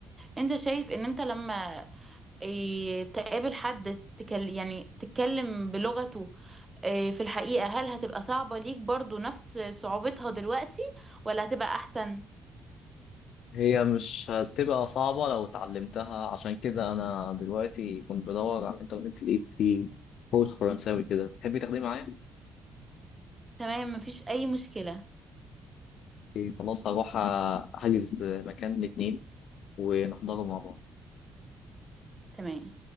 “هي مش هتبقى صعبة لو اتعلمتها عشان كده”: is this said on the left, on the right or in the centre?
Left